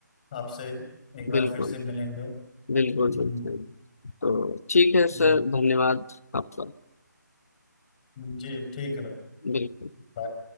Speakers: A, on the left; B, on the left.
A: आपसे एक बार
B: बिल्कुल
A: फिर से मिलेंगे
B: बिल्कुल
A: हम्म,
B: बिल्कुल तो ठीक है
A: हम्म,
B: सर धन्यवाद आपका
A: हम्म। जी ठीक है भाई
B: बिल्कुल
A: बाय।